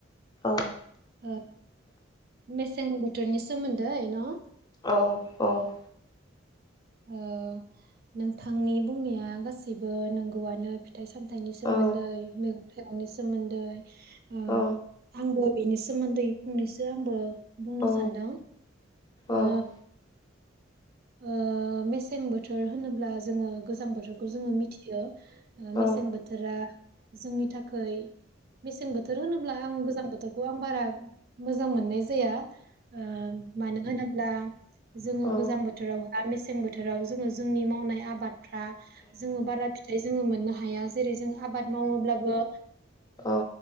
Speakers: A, on the left; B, on the right.
A: औ।
B: ओ मेसें बोथोरनि सोमोन्दै न'?
A: औ औ।
B: ओ नोंथांनि बुंनाया गासैबो नंगौआनो। फिथाइ सामथाइनि सोमोन्दै
A: औ
B: मैगं थाइगंनि सोमोन्दै। ओ
A: औ
B: आंबो बेनि सोमोन्दै फंनैसो आंबो बुंनो
A: औ
B: सानदों।
A: औ।
B: ओ ओ मेसें बोथोर होनोब्ला। जोङो गोजां बोथोर जों मिथियो। थियो ओ मेसें
A: औ
B: बोथोरा। जोंनि थाखै मसें बोथोर होनोब्ला आं गोजां बोथ बोथोरखौ आं बारा मोजां मोननाय जाया। ओ मानो होन ला जोङो
A: औ
B: गोजां बोथोर बहा मेसें बोथोराव जोङो जोंनि मावनाय आबाद जों बारा फिथाइ जोङो मोननो हाया जेरै जों आबाद मावोब्लाबो
A: औ